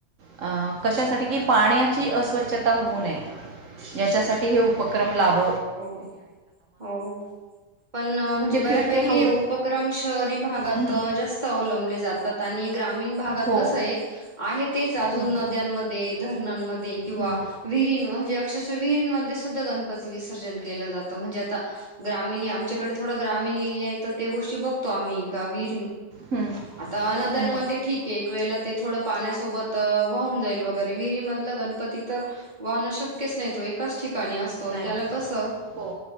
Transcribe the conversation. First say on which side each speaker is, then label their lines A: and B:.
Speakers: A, on the right; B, on the right.
A: अ
B: अच्छा
A: कशासाठी की पाण्या ची अस्वच्छता होऊ नये
B: अच्छा
A: याच्यासाठी
B: अच्छा
A: हे उपक्रम लाभ
B: हो हो पण म्हणजे
A: ते
B: बऱ्यापैकी
A: फिरते हौद
B: हे उपक्रम शहरी भागात
A: हं,
B: जास्त अवलंबले जातात आणि ग्रामीण भागात
A: हो
B: कस आहे आहे तेच अजून
A: हं,
B: नद्यांमध्ये धरणमध्ये दे किंवा
A: हं,
B: विहिरीन अक्षरशा विहिरींमध्ये सुद्धा गणपती विसर्जन केलं जातं म्हणजे आता ग्रामीण आमच्याकडे थोडा ग्रामीण एरिया आहे तर ते गोष्टी बघ तॉम कावी
A: हं,
B: आता नद्यांमध्ये
A: हं,
B: ठीक आहे एक वेला ते थोड पाण्यासोबत वाहून जाईल बघ गविरी मधला गणपती तर वाहणं शक्यच नाही तो एकाच ठिकाणी
A: नाही
B: त्या कस
A: हो